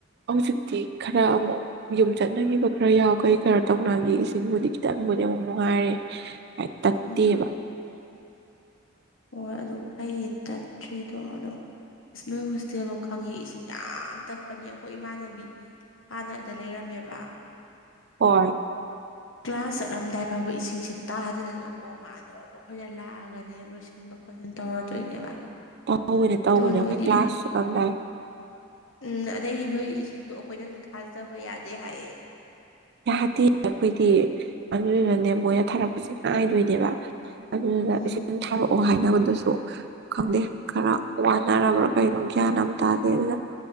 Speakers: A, on the right; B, on the left.
A: ꯑꯃꯨꯛꯁꯨꯇꯤ ꯈꯔ ꯑꯃꯨꯛ ꯌꯨꯝ ꯆꯠꯅꯈꯤꯕ ꯈꯔ ꯌꯥꯎ ꯀꯩꯀꯔꯥ ꯇꯧꯅꯈꯤ ꯁꯤꯕꯨꯅꯤꯗ ꯎꯕꯨꯗꯤ ꯑꯃꯨꯛ ꯅꯨꯡꯉꯥꯏ ꯌꯥꯝ ꯇꯠꯇꯦꯕ
B: ꯎꯝ ꯍꯣꯏ ꯑꯗꯨ ꯑꯩꯇꯠꯇ꯭ꯔꯤꯗꯣ ꯑꯗꯣ ꯅꯣꯏ ꯍꯣꯁꯇꯦꯜꯗꯣ ꯈꯪꯉꯦ ꯏꯁ ꯌꯥꯝ ꯇꯠꯄꯅꯦ ꯑꯩꯈꯣꯏ ꯏꯃꯥꯅꯗꯤ ꯍꯥꯟꯑꯗ ꯂꯩꯔꯝꯃꯦꯕ
A: ꯍꯣꯏ
B: ꯒ꯭ꯂꯥꯁ ꯆꯠꯂꯝꯗꯥꯏ ꯐꯥꯎꯕ ꯏꯁꯤꯡꯁꯦ ꯇꯥꯗꯗꯅꯕꯀꯣ ꯃꯥꯗꯣ ꯑꯩꯈꯣꯏꯅ ꯂꯥꯛꯑꯒꯅꯦ ꯂꯣꯏꯁꯤꯟꯕ ꯈꯣꯠꯆꯟ ꯇꯧꯔꯗꯣꯏꯅꯦꯕ
A: ꯇꯧꯕ ꯑꯣꯏꯅ
B: ꯑꯗꯨꯒ
A: ꯇꯧꯕꯅꯦ
B: ꯅꯣꯏꯗꯤ
A: ꯑꯩꯈꯣꯏ ꯀ꯭ꯂꯥꯁ ꯆꯠꯑꯝꯗꯥꯏ
B: ꯎꯝ ꯑꯗꯩ ꯅꯣꯏꯒꯤ ꯏꯁꯤꯡꯗꯣ ꯑꯩꯈꯣꯏꯗꯁꯨ ꯊꯥꯖꯕ ꯌꯥꯗꯦ ꯍꯥꯏꯌꯦ
A: ꯌꯥꯗꯦ ꯑꯩꯈꯣꯏꯗꯤ ꯑꯗꯨꯗꯨꯅꯅꯦ ꯃꯣꯏꯅ ꯊꯥꯔꯛꯄꯁꯦ ꯉꯥꯏꯗꯣꯏꯅꯦꯕ ꯑꯗꯨꯗꯨꯅ
B: ꯎꯝ
A: ꯏꯁꯤꯡ ꯊꯥꯔꯛꯑꯣ ꯍꯥꯏꯅꯕꯗꯁꯨ ꯈꯪꯗꯦ ꯈꯔ ꯋꯥꯅꯔꯕ꯭ꯔꯥ ꯀꯩꯅꯣ ꯒ꯭ꯌꯥꯟ ꯑꯝꯇꯥꯗꯦ ꯑꯗꯨꯅ